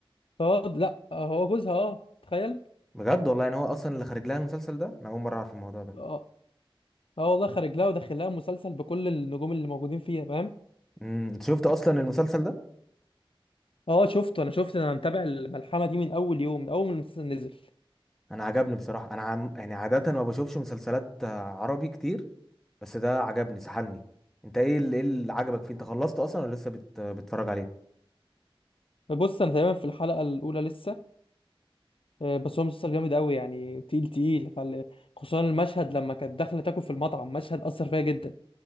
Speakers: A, on the left; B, in the centre.
A: اه لا آه، هو جوزها اه تخيل
B: بجد والله يعني هو اصلا اللي خرج لها المسلسل ده انا اول مره اعرف الموضوع ده
A: اه اه والله خارج لها وداخل لها مسلسل بكل النجوم اللي موجودين فيها فاهم
B: امم انت شفت اصلا المسلسل ده
A: اه شفته انا شفت انا متابع الملحمه دي من اول يوم من اول ما المسلسل نزل
B: انا عجبني بصراحه انا عم... يعني عاده ما بشوفش مسلسلات آه، عربي كتير بس ده عجبني سحلني انت ايه اللي, إيه اللي عجبك فيه انت خلصت اصلا ولا لسه بت... بتتفرج عليه
A: بص انا تقريبا في الحلقه الاولى لسه آه، بس هو مسلسل جامد قوي يعني تقيل تقيل خل... خصوصا المشهد لما كانت داخله تاكل في المطعم مشهد اثر فيها جدا